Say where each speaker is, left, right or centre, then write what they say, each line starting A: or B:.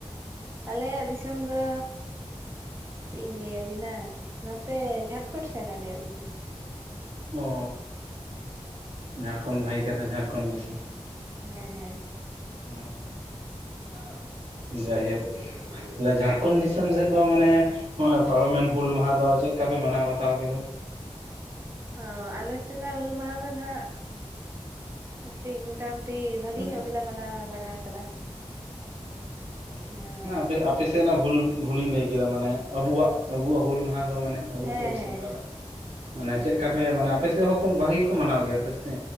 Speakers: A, on the right; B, on the right.
A: ᱟᱞᱮᱭᱟᱜ ᱫᱤᱥᱚᱢ ᱫᱚ ᱪᱮᱫ ᱤᱧ ᱞᱟᱹᱭᱟᱵᱤᱱᱟ ᱱᱚᱛᱮ ᱡᱷᱟᱲᱠᱷᱚᱸᱰ ᱥᱮᱱ ᱟᱞᱮᱭᱟᱜ ᱫᱤᱥᱚᱢ
B: ᱚ ᱡᱷᱟᱲᱠᱷᱚᱸᱰ ᱵᱷᱟᱹᱜᱤ ᱠᱟᱛᱷᱟ ᱡᱷᱟᱲᱠᱷᱚᱸᱰ ᱫᱤᱥᱚᱢ
A: ᱦᱮᱸ ᱦᱮᱸ
B: ᱦ <inaudible> ᱦ <unintelligible> ᱡᱟᱭᱦᱳᱠ ᱟᱞᱮ ᱡᱷᱟᱲᱠᱷᱚᱱᱰ ᱫᱤᱥᱚᱢ ᱥᱮᱫ ᱫᱚ ᱢᱟᱱᱮ ᱱᱚᱜ-ᱚᱭ ᱯᱟᱨᱚᱢᱮᱱ ᱦᱩᱞ ᱢᱟᱦᱟ ᱫᱚ ᱪᱮᱫ ᱞᱮᱠᱟ ᱯᱮ ᱢᱟᱱᱟᱣ ᱵᱟᱛᱟᱣ ᱠᱮᱫᱟ
A: ᱦᱚᱸ ᱟᱞᱮ ᱥᱮᱫᱟᱜ ᱦᱩᱞ ᱢᱟᱦᱟ ᱫᱚ ᱱᱟᱦᱟᱜ ᱠᱟᱹᱴᱤᱡ ᱢᱚᱴᱟ ᱢᱩᱴᱤ ᱵᱷᱟᱹᱜᱤ
B: ᱢᱟᱱᱮ
A: ᱧᱚᱜ ᱜᱮᱞᱮ ᱢᱟᱱᱟᱣ ᱵᱟᱲᱟ ᱟᱠᱟᱫᱟ
B: <inaudible>
A: ᱢᱟᱱᱟᱣ ᱫᱚ
B: ᱟᱯᱮᱥᱮᱱᱟᱜ ᱵᱷᱩᱞ ᱵᱷᱩᱞᱤᱧ ᱞᱟᱹᱭ ᱠᱮᱫᱟ ᱢᱟᱱᱮ ᱟᱵᱚᱣᱟᱜ ᱟᱵᱚᱣᱟᱜ ᱦᱩᱞ ᱢᱟᱦᱟ ᱫᱚ ᱢᱟᱱᱮ ᱟᱵᱚ
A: ᱦᱮᱸ
B: ᱠᱚ ᱟᱵᱚ
A: ᱦᱮᱸ
B: ᱥᱟᱱᱛᱟᱲᱟᱜ ᱢᱟᱱᱮ
A: ᱴᱷᱤᱠ
B: ᱪᱮᱫ ᱞᱮᱠᱟ
A: ᱴᱷᱤᱠ
B: ᱯᱮ ᱢᱟᱱᱮ ᱟᱯᱮ ᱥᱮᱫ ᱦᱚᱸ ᱵᱷᱟᱜᱮ ᱜᱮ ᱠᱚ ᱢᱟᱱᱟᱣ ᱜᱮᱭᱟ ᱛᱚ ᱥᱮ